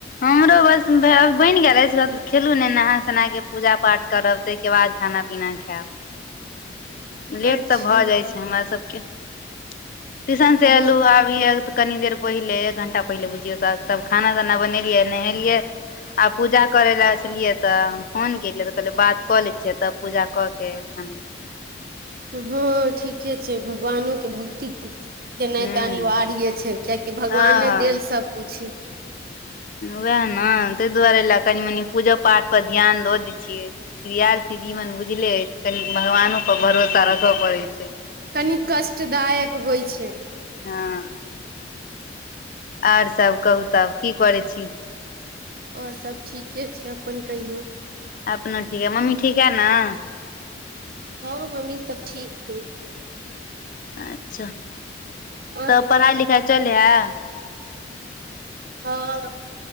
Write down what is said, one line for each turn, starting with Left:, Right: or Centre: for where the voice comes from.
Left: हमरो बस भै बैन गेल अछि बस खेलु नइ नहा सोना केँ पूजा पाठ करब ताहि केँ बाद खाना पिना खैब लेट
Right: अच्छा
Left: तऽ भऽ जाइ छै हमरा सब केँ ट्यूशन
Right: हँ
Left: से एलहुँ आब अभीयो तऽ कनी देर पहिले एक घंटा पहिले बुझियौ तऽ तब खाना ताना बनेलियै नहेलियै आ पूजा करे लऽ छलियै तऽ हम फोन केलियै तऽ कहलियै बात कऽ लैए छियै तब पूजा कऽ केँ तेखन
Right: हँ ठीके छै भगवानो केँ भक्ति केनाय
Left: हूँ
Right: तऽ अनिवार्य छै किआकि भगवाने
Left: हँ
Right: देल सब कुछ
Left: वैह नऽ तैय दुआरे लऽ कनि-मनि पूजा पाठ पर ध्यान दऽ दै छियै विद्यार्थी जीवन बुझले अछि कनि भगवानोपर भरोसा रखऽ पड़ै छै
Right: कनी कष्टदायक होइ छै
Left: हँ आओर सब कहू तब की करै छी
Right: आओर सभ ठीके छै अपन कहियौ
Left: अपनो ठीक है मम्मी ठीक है नऽ
Right: हँ मम्मी सब ठीक हइ
Left: अच्छा
Right: अहाँके
Left: तब
Right: मम्मी?
Left: पढ़ाई लिखाइ चले है
Right: हँ